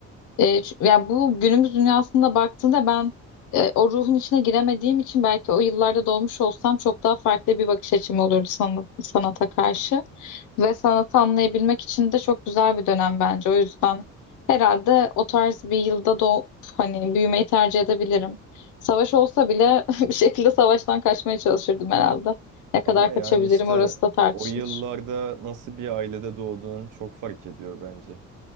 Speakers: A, on the left; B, on the right.
A: E, ç- ya bu günümüz dünyasında baktığında ben e, o ruhun içine giremediğim için belki o yıllarda doğmuş olsam çok daha farklı bir bakış açım olurdu sanat, sanata karşı. Ve sanatı anlayabilmek için de çok güzel bir dönem bence. O yüzden herhalde o tarz bir yılda doğup hani büyümeyi tercih edebilirim. Savaş olsa bile <laughs> bir şekilde savaştan kaçmaya çalışırdım herhalde. Ne kadar
B: Ama yani
A: kaçabilirim
B: işte
A: orası da tartışılır.
B: o yıllarda nasıl bir ailede doğduğun çok fark ediyor bence.